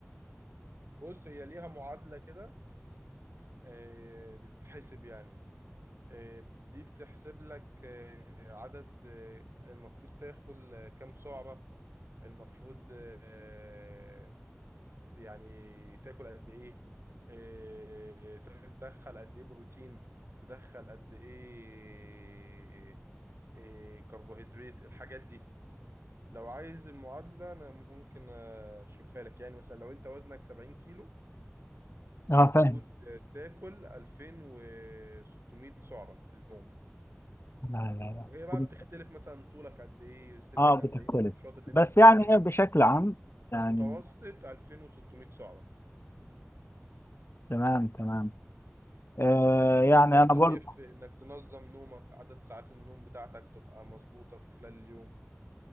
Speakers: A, on the right; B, on the left.
A: بص هي ليها معادلة كده آه، بتتحسب يعني آه، دي بتحسب لك آه، عدد آه، المفروض تاكل آه، كام سعرة المفروض آه، يعني تاكل قد ايه آه، تدخل قد ايه بروتين تدخل قد ايه آه، كربوهيدرات الحاجات دي لو عايز المعادلة انا ممكن اشوفها لك يعني مثلا لو انت وزنك 70 كيلو
B: اه
A: المفروض
B: فاهم
A: تاكل 2600 سعرة في اليوم
B: لا لا
A: وهي بقى
B: لا
A: بتختلف مثلا طولك قد ايه سنك
B: اه
A: قد
B: بتختلف
A: ايه النشاط اللي
B: بس
A: انت بتعمله
B: يعني ايه بشكل عام يعني
A: متوسط 2600 سعرة
B: تمام تمام آه
A: النوم
B: يعني
A: برضه
B: انا برضه
A: بيفرق انك تنظم نومك عدد ساعات النوم بتاعتك تبقى مظبوطة في خلال اليوم